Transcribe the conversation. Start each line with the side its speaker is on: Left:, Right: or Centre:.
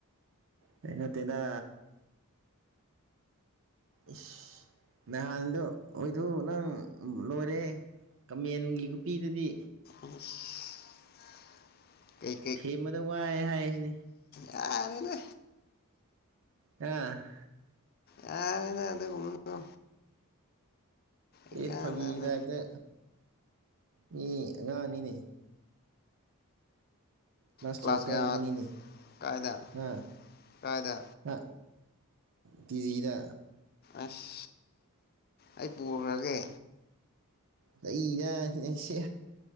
Right: ꯀꯩ ꯅꯥꯇꯦꯗ ꯏꯁ ꯅꯍꯥꯟꯗꯣ ꯑꯣꯏꯊꯣꯛ ꯅꯡ ꯂꯣꯏꯔꯦ ꯀꯃꯦꯟꯒꯤ ꯈꯨꯄꯤꯗꯨꯗꯤ
Left: <inaudible> ꯀꯩ
Right: ꯊꯦꯝꯕꯗ ꯋꯥꯏ ꯍꯥꯏꯁꯤꯅꯤ
Left: ꯌꯔꯦꯗꯥ
Right: ꯑ
Left: ꯌꯔꯦꯗ ꯑꯗꯨꯒꯨꯃꯕꯗꯣ ꯏꯀꯥꯟꯗꯅ
Right: ꯏꯁ ꯐꯀꯤꯔ ꯇꯕꯗ ꯃꯤ ꯑꯉꯥꯡ ꯅꯤꯅꯦ ꯂꯥꯁ
Left: ꯀ꯭ꯂꯥꯁ
Right: ꯇ꯭ꯋꯌꯦꯜꯐ ꯀꯥꯔꯤꯕꯅꯤꯅꯦ
Left: ꯀꯌꯥ ꯀꯥꯏꯗ
Right: ꯍꯥ
Left: ꯀꯥꯏꯗ
Right: ꯍꯥ ꯄꯤ ꯖꯤꯗ
Left: ꯑꯁ ꯑꯩ ꯄꯨ ꯈꯔꯒꯦ
Right: ꯇꯦ ꯗꯥꯏ ꯁꯤ